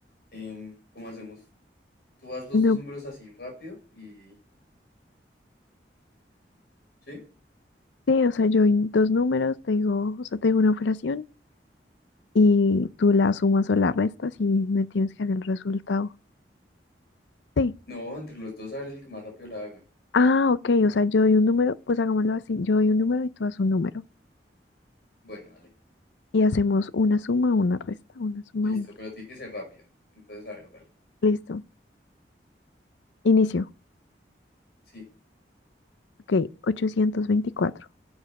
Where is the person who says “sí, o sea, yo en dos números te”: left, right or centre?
Left